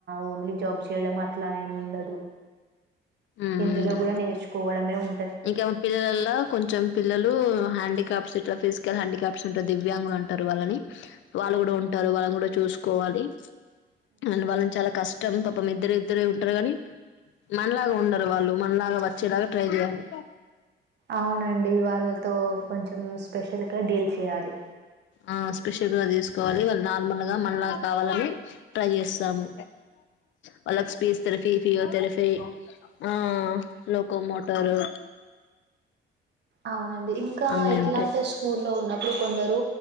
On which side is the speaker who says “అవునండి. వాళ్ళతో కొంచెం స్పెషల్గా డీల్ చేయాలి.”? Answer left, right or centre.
Right